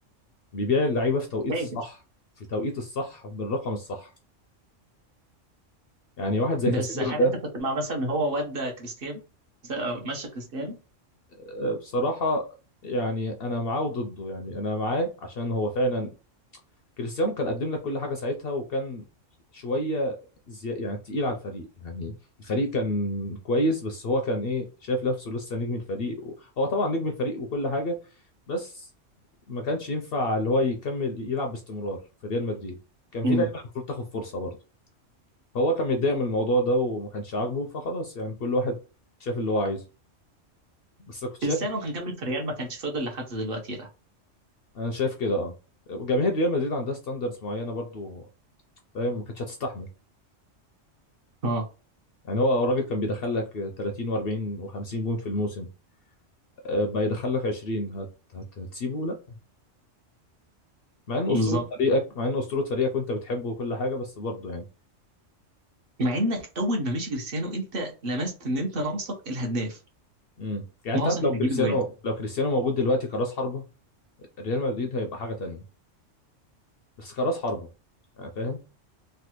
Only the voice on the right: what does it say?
فاجر
بس هل
انت كنت مع مثلا ان هو ودى كريستيانو س- مشى كريستيانو
مم.
كريستيانو كان كمل في ريال ما كانش فضل لحد دلوقتي يلعب
اه
بالظبط
مع انك اول ما مشي كريستيانو انت لمست ان انت ناقصك الهداف
ناقصك
اللي
يجيب جوان